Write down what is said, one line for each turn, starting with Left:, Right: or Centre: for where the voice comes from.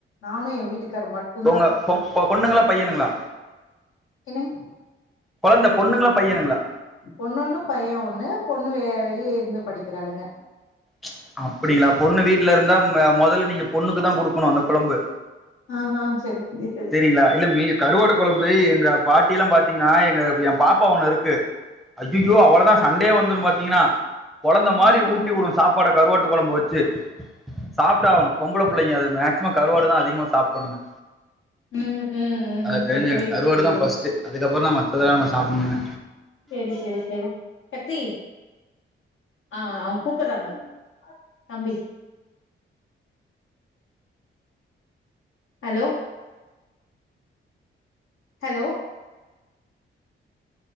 Left: நானு எ வீட்டுக்கார் மட்டுந்தா
Centre: உங்க பொ பொண்ணுங்களா பையனுங்களா
Left: என்னங்க
Centre: கொழந்த பொண்ணுங்களா பையனுங்களா
Left: பொண்ணுன்னு பைய ஒன்னு பொண்ணு வே வெளிய ந்து படிக்கிறாளுங்க
Centre: ச்ச அப்பிடிங்ளா பொண்ணு வீட்ல இருந்தா உம் ஆ மொதலு நீங்க பொண்ணுக்குதா குடுக்கணு அந்த கொழம்பு
Left: அ ஆ செரி செரி செரி
Centre: செரிங்ளா இல்ல மீ கருவாட்டு கொழம்பு எங்க பாட்டியிலா பாத்தீங்கனா எங்க எ பாப்பா ஒன்னு இருக்கு அய்யய்யோ அவுளதா சண்டே வந்துரு பா தீங்னா கொழந்த
Left: ஆ
Centre: மாரி
Left: ஆ
Centre: ஊட்டி உடுவே சாப் வாட கருவாட்டு கொழம்பு வெச்சு சாப்டாவனு பொம்பள புள்ளைங்க அது மேக்ஸ்சிம கருவாடுதா அதிகமா சாப்படுணுங்க
Left: ம் ம்
Centre: அத
Left: ம்
Centre: தெரிஞ்சுகங்க
Left: செரி புரியுது
Centre: கருவாடுதா
Left: புரியுது
Centre: ஃபர்ஸ்ட்டு அதுக்கப்பறோதா மத் பதா நம்ம சாப்புணுங்க
Left: செரி செரி செரி வ சக்தி ஆ அவுங்க கூப்புறாங்க தம்பி ஹலோ ஹலோ